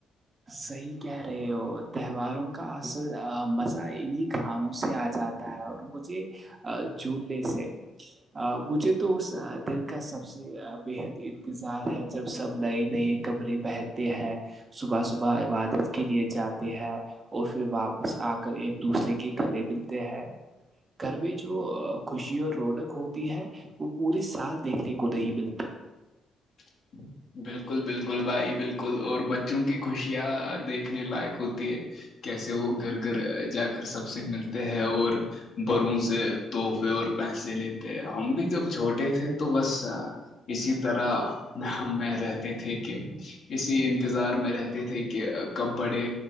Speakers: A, on the right; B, on the left.
A: صحیح کہہ رہے ہو تہواروں کا اصل مزہ انہیں کھانوں سے آ جاتا اور مجھے جھوولے سے مجھے تو اس دل کا سب سے بےحد انتظار ہے جب سب نئے نئے کمرے پہنتے ہیں صبح صبح عبادت کے لیے جاتے ہیں اور پھر واپس آ کر ایک دوسرے کے گلے ملتے ہیں گھر میں جو خوشی اور رونق ہوتی ہے وہ پورے سال دیکھنے کو نہیں ملتی
B: <inaudible> بالکل بالکل بھائی بالکل اور بچوں کی خوشیاں دیکھنے لائق ہوتی ہے کیسے وہ گھر گھر جا کر سب سے ملتے ہیں اور بروں سے تحفے اور پیسے لیتے ہم بھی جب چھوٹے تھے تو بس اسی طرح نہ ہم میں رہتے تھے کہ اسی انتظار میں رہتے تھے کہ کب بڑے